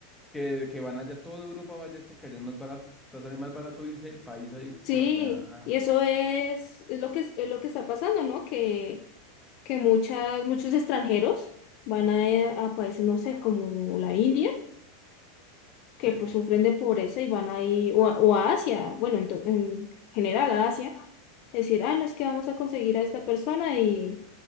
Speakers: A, in the centre; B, on the left.
A: que, que van allá, toda Europa vaya es porque allá es más barato. O sea, sale más barato irse del país a irse
B: sí,
A: por allá.
B: y eso es, es lo que, es lo que está pasando, ¿no? Que que muchas, muchos extranjeros van a, eh, a países, no sé, como la India, que
A: Sí,
B: pues sufren de pobreza y van ahí, o, a- o a Asia, bueno, en, to- en general a Asia, decir, ah, no es que vamos a conseguir a esta persona y,